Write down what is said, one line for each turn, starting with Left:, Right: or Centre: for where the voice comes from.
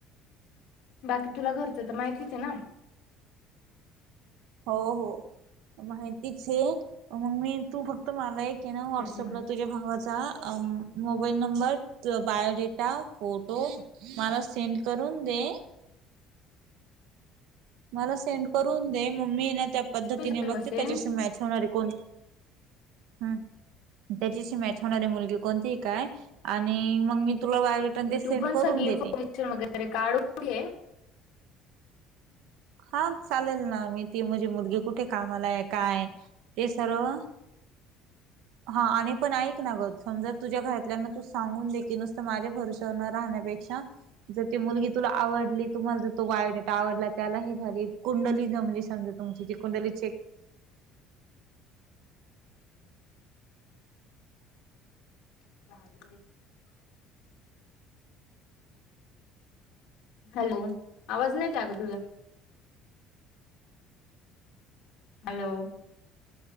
Left: बाकी तुला घरच तर माहितीच हे ना?
Right: हो हो, माहितीच ये, मंग मी तू फक्त मला एक ये ना व्हॉट्सअपला
Left: त्याच्यामुळे
Right: तुझ्या भावाचा अ मोबाईल नंबर तुझा बायोडेटा, फोटो मला सेंड करून दे. मला सेंड करून दे, म मी ये ना त्या पद्धतीने
Left: मी सर्वसेन
Right: बघते त्याच्याशी मॅच होणारे कोण? हम्म त्याच्याशी मॅच होणारी मुलगी कोणती काय आणि मंग मी तुला बायोडेटा अन ते सेंड
Left: तू पण
Right: करून
Left: सगळी
Right: देते.
Left: <inaudible> वगैरे काढून घे
Right: हा चालेल ना मी ती म्हणझे मुलगी कुठे कामाला आहे, काय आहे ते सर्व हा आणि पण ऐक ना ग समजा तुझ्या घरातल्यांना तू सांगून दे की नुसता माझ्या भरवश्यावर न राहण्यापेक्षा जर ती मुलगी तुला आवडली तुम्हाला जर तो बायोडेटा आवडला त्यालाही झाली कुंडली जमली समजा. तुमची जी कुंडली चेक
Left: <inaudible> हॅलो आवाज नाही येत आहे गं तुझा हॅलो